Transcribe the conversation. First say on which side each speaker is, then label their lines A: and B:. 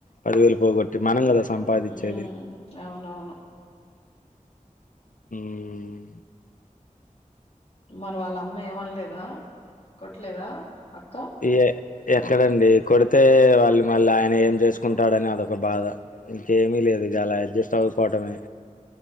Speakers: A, on the left; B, on the left.
A: పదివేలు పోగొట్టి మనం
B: ఉమ్
A: కదా సంపాదించేది
B: ఉమ్ అవునవును
A: మ్మ్
B: మరి వాళ్ళ అమ్మ ఏమనలేదా కొట్టలేదా పక్క
A: ఏ ఎక్కడండి కొడితే వాళ్ళు మళ్ళీ ఆయన ఏం చేసుకుంటాడని అదొక బాధ ఇంకేమీ లేదు అది అలా అడ్జస్ట్ అవ్వపోవటమే